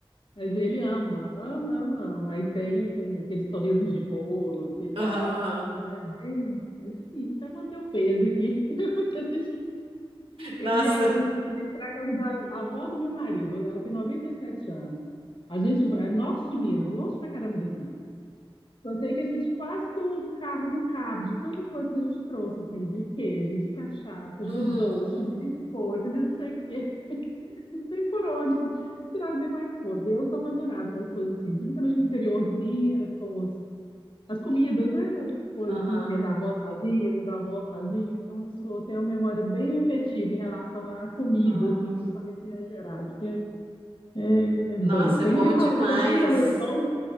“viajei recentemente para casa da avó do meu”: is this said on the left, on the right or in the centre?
Left